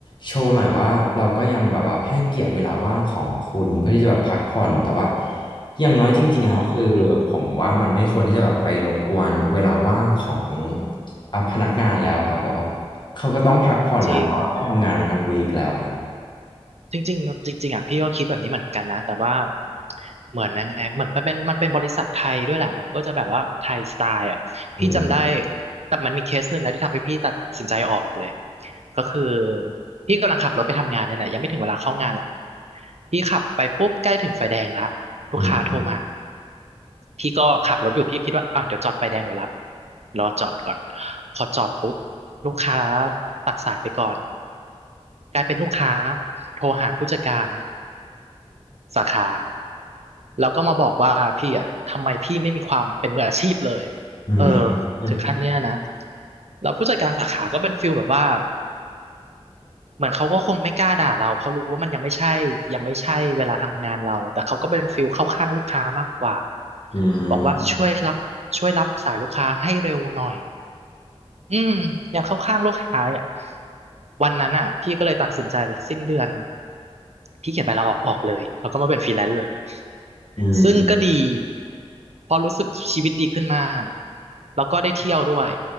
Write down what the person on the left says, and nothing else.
โชว์หน่อยว่าเราก็ยังแบบว่าให้เกียรติเวลาว่างของคุณเพื่อที่จะแบบพักผ่อนแต่ว่าอย่างน้อยจริงๆอะครับคือผมว่ามันไม่ควรที่จะแบบไปรบกวนเวลาว่างของ
อ่ะพนักงานแล้วครับแบบว่าเขาก็ต้องพักผ่อนนะเพราะว่าก็ทำงานมาทั้งวีคแล้วครับ
อืม
อืม
อืม
อืม
อืม
อืม